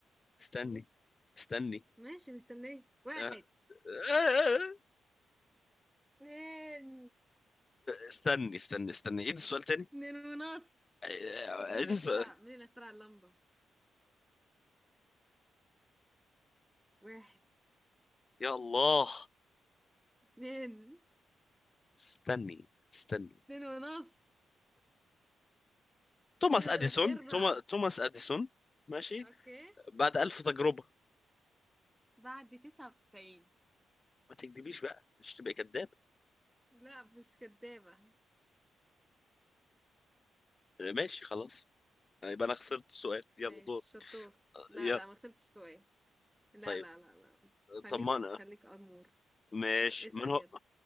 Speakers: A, on the left; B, in the centre.
A: استني
B: إيه؟
A: استني
B: ماشي مستنية 1
A: آه، آه، آه،
B: 2
A: استني استني استني عيد السؤال تاني
B: 2 ونص
A: آه،
B: مين
A: عيد
B: اللي
A: السؤال
B: اخترع مين اللي اخترع اللمبة؟ 1
A: يا الله
B: 2
A: استني استني
B: 2 ونص
A: توماس
B: اتنين
A: اديسون
B: وتلات ارباع
A: توما... توماس اديسون ماشي
B: اوكي
A: بعد ألف تجربة
B: بعد تسعة وتسعين
A: ما تكذبيش بقى مش تبقى كذاب
B: لا مش كدابة
A: ماشي خلاص آه، يبقى انا خسرت السؤال
B: ماشي
A: يلا دور
B: شطور
A: آه،
B: لا
A: يلا
B: لا ما خسرتش سؤال لا
A: طيب
B: لا لا لا خليك
A: طمانا
B: خليك أمور
A: ماشي
B: اسأل
A: من هو
B: يلا